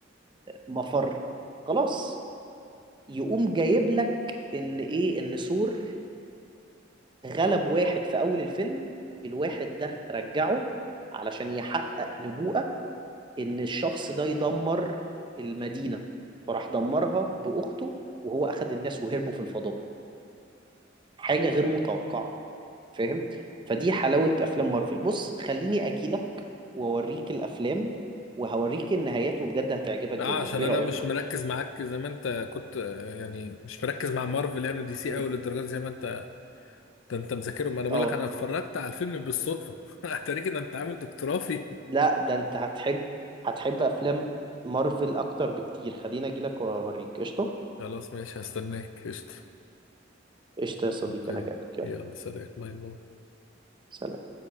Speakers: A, on the right (about 25°); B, on the left (about 85°).
A: مفر خلاص يقوم جايب لك ان ايه ان ثور غلب واحد في اول الفيلم الواحد ده رجعه علشان يحقق نبوءة ان الشخص ده يدمر المدينة فراح دمرها باخته وهو اخد الناس وهربوا في الفضاء حاجة غير متوقعة فاهم فدي حلاوة افلام مارفل بص خليني اجيلك واوريك الافلام وهوريك النهايات وبجد هتعجبك
B: اه
A: جدا
B: عشان
A: ايه
B: انا
A: رأيك
B: مش مركز معاك زي ما انت كنت آه، يعني مش مركز مع مارفل يعني دي سي
A: امم
B: قوي للدرجة دي زي ما انت ده انت مذاكرهم انا بقول
A: اه
B: لك انا اتفرجت على الفيلم بالصدفة <laughs> اتاريك ان انت عامل دكتوراه فيه
A: لا ده انت هتحب هتحب افلام مارفل اكتر بكتير خليني اجيلك واوريك قشطة
B: خلاص ماشي هستناك قشطة
A: قشطة يا صديقي
B: اوكي
A: انا جايلك يلا
B: يلا سلام باي باي
A: سلام